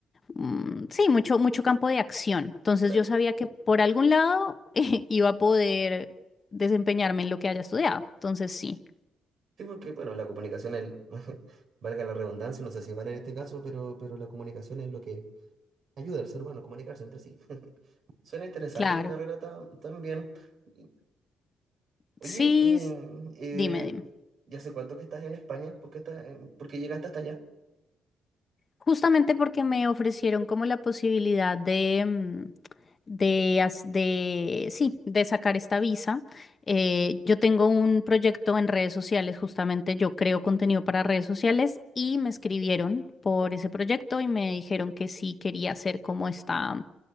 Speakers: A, on the left (about 35°); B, on the right (about 60°).
A: mm, sí, mucho, mucho campo de acción. Entonces
B: Claro.
A: yo sabía que por algún lado <laughs> iba a poder desempeñarme en lo que haya estudiado. Entonces sí,
B: Sí, porque, bueno, la comunicación, el, <laughs> valga la redundancia, no sé si vale en este caso, pero, pero la comunicación es lo que ayuda al ser humano a comunicarse entre sí. <laughs> Suena interesante
A: claro.
B: tu carrera ta- también. Y- Oye,
A: Sí,
B: y,
A: s-
B: eh,
A: dime, dime.
B: ¿ya hace cuánto que estás en España? ¿Por qué, estás- por qué llegaste hasta allá?
A: Justamente porque me ofrecieron como la posibilidad de, mm, de, as- de, sí, de sacar esta visa. Eh, yo tengo un proyecto en redes sociales, justamente yo creo contenido para redes sociales y me escribieron por ese proyecto y me dijeron que sí quería hacer como esta,